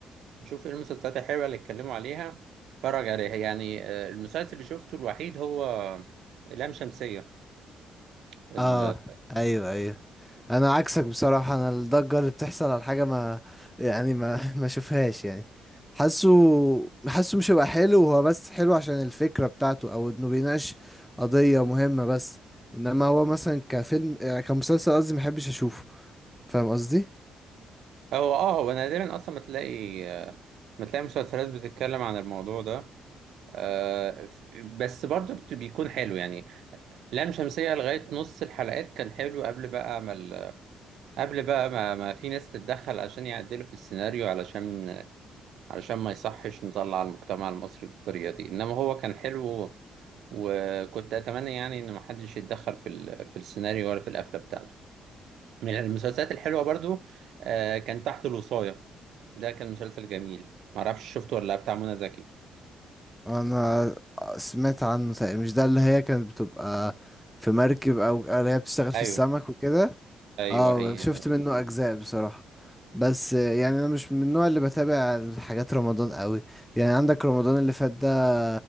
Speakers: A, on the right (about 75°); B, in the centre.
A: نشوف ايه المسلسلات الحلوه اللي اتكلموا عليها اتفرج عليها يعني آه، المسلسل اللي شفته الوحيد هو لام شمسيه ال...
B: اه ايوه ايوه انا عكسك بصراحة انا الضجة اللي بتحصل على حاجة ما يعني ما <laughs> ما اشوفهاش يعني حاسه حاسه مش هيبقى حلو هو بس حلو عشان الفكرة بتاعته او انه بيناقش قضية مهمة بس انما هو مثلا كفيلم آه، كمسلسل قصدي ما احبش اشوفه فاهم قصدي
A: هو اه هو نادرا اصلا ما تلاقي آه، ما تلاقي مسلسلات بتتكلم عن الموضوع ده آه، ف- بس برضه بت- بيكون حلو يعني لام شمسية لغاية نص الحلقات كان حلو قبل بقى ما ال... قبل بقى ما, ما في ناس تتدخل عشان يعدلوا في السيناريو علشان علشان ما يصحش نطلع المجتمع المصري بالطريقة دي إنما هو كان حلو وكنت أتمنى يعني إن محدش يتدخل في ال... في السيناريو ولا في القفلة بتاعته من المسلسلات الحلوة برضو آه كان تحت الوصاية ده كان مسلسل جميل معرفش شفته ولا لأ، بتاع منى زكي
B: انا سمعت عنه تقريبا مش ده اللي هي كانت بتبقى في مركب او اللي هي بتشتغل في
A: أيوه
B: السمك وكده
A: أيوه
B: اه
A: هي
B: شفت
A: هو
B: منه
A: ده
B: اجزاء بصراحة بس آه، يعني انا مش من النوع اللي بتابع حاجات رمضان قوي يعني عندك رمضان اللي فات ده